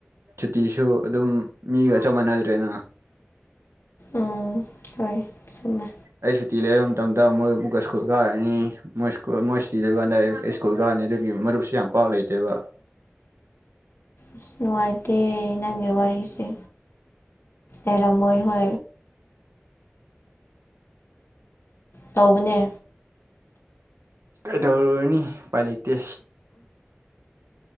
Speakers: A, on the right; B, on the left.
A: ꯁꯨꯇꯤꯁꯨ ꯑꯗꯨꯝ ꯃꯤꯒ ꯆ ꯃꯥꯟꯅꯗ꯭ꯔꯦꯅ
B: ꯎꯝ ꯍꯣꯏ ꯁꯝꯃꯦ
A: ꯑꯩ ꯁꯨꯇꯤ ꯂꯩꯕ ꯃꯇꯝꯗ ꯃꯣꯏ ꯑꯃꯨꯛꯀ ꯁ꯭ꯀꯨꯜ ꯀꯥꯔꯅꯤ ꯃꯣꯏ ꯃꯣꯏ ꯁꯨꯇꯤ ꯂꯩꯣꯏꯕ ꯀꯥꯟꯗ ꯑꯩ ꯁꯀꯨꯜ ꯀꯥꯔ ꯃꯔ ꯌꯥꯝ ꯄꯥꯛ ꯂꯩꯇꯦꯕ
B: ꯑꯁ ꯅꯨꯡꯉꯥꯏꯇꯦ ꯅꯪꯒꯤ ꯋꯥꯔꯤꯁꯦ ꯑꯦꯔ ꯃꯣꯏ ꯍ ꯇꯧꯕꯅꯦ
A: ꯀꯥꯏ ꯇꯧꯔ ꯑꯣꯏꯅꯤ ꯄꯥꯏ ꯂꯩ ꯏꯇꯦ